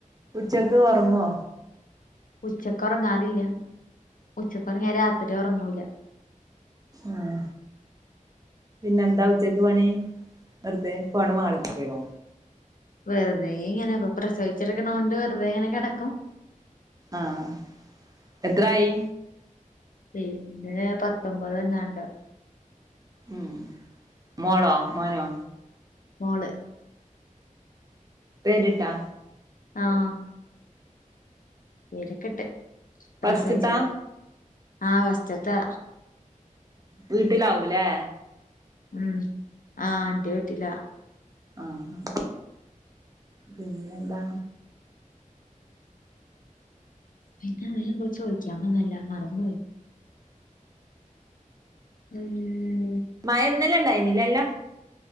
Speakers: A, on the right; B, on the left.
A: ഉച്ചക്ക് ഉറങ്ങോ
B: ഉച്ചക്ക് ഒറങ്ങാറില്ല ഉച്ചക്ക് ഒറങ്ങിയ രാത്രി ഒറങ്ങൂല
A: ആഹ് പിന്നെന്താ ഉച്ചക്ക് പണി വെറുതെ ഫോണിൻമേൽ കളിക്കലൊ
B: വെറുതെ ഇങ്ങനെ ഇപ്പ പ്രസവിച്ച് കെടക്കണോണ്ട് വെറുതെ ഇങ്ങനെ കെടക്കും
A: ആഹ് എത്രായി
B: ഇന്ന് പത്തൊമ്പതെങ്ങാണ്ട്
A: ഉം മോളോ മോനോ
B: മോള്
A: പേരിട്ടോ
B: ആഹ് പേരൊക്കെ ഇട്ട് പ്രസവിച്ചപ്പം
A: ഫസ്റ്റ്ത്താ
B: ആ ഫസ്റ്റ്ത്തെ
A: വീട്ടിലാവുംലേ
B: ഉം ആഹ് എന്റെ വീട്ടിലാ
A: ആഹ് പിന്നെ എന്താ
B: പിന്നെ വേറെന്തോ ചോദിക്കാൻ വന്നല്ലോ മറന്ന് പോയി ഉം
A: മയ ഇന്നെലെ ഉണ്ടായിനി ഇല്ലല്ലോ